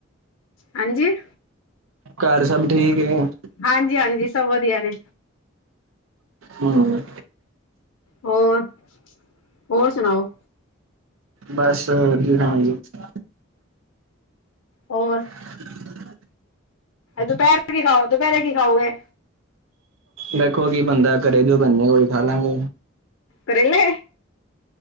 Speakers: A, on the left (about 90°); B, on the right (about 80°).
A: ਹਾਂਜੀ
B: ਘਰ ਸਭ ਠੀਕ ਏ?
A: ਹਾਂਜੀ ਹਾਂਜੀ ਸਭ ਵਧੀਆ ਨੇ।
B: ਹੂੰ
A: ਹੋਰ, ਹੋਰ ਸੁਣਾਓ?
B: ਬਸ ਵਧੀਆ <unintelligible>
A: ਹੋਰ
B: <inaudible>
A: ਦੁਪੈਰੇ ਕੀ ਖਾਓ ਦੁਪਹਿਰੇ ਕੀ ਖਾਓਗੇ?
B: ਦੇਖੋ ਕੀ ਬੰਨਦਾ ਘਰੇ ਜੋ ਬੰਨਣਾ ਓਹੀ ਖਾਲਾਂਗੇ।
A: ਕਰੇਲੇ